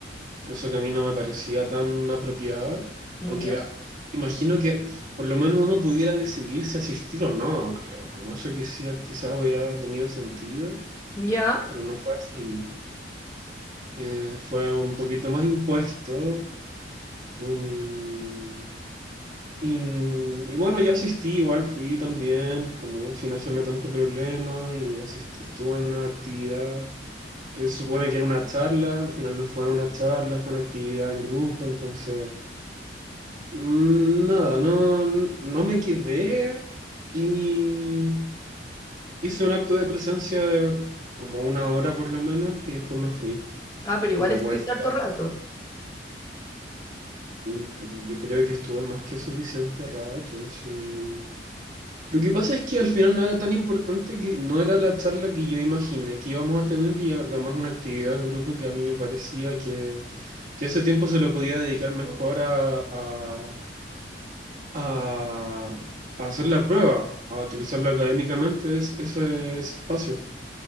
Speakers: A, on the right; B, on the left.
A: cosa que a mí no me parecía tan apropiada,
B: Ya.
A: o que ah, imagino que por lo menos uno pudiera decidir si asistir o no, creo, como eso quizás, quizás hubiera tenido sentido,
B: Ya.
A: pero no fue así. Eh, fue un poquito más impuesto. mm, y, y bueno, yo asistí, igual fui también, como sin hacerme tanto problema, y asist- estuve en una actividad que se supone que era una charla, al final no fue una charla, fue una actividad en grupo, entonces... Mm, Nada, no, no me quedé y hice un acto de presencia de como una hora por lo menos y después me fui
B: Ah, pero igual
A: de
B: estuviste
A: vuelta.
B: harto rato.
A: Mm, Yo creo que estuve más que suficiente rato, sí. Lo que pasa es que al final no era tan importante que no era la charla que yo imaginé que íbamos a tener y era más una actividad en grupo que a mí me parecía que, que ese tiempo se lo podía dedicar mejor a a, a hacer la prueba, a utilizarlo académicamente es, ese, ese espacio.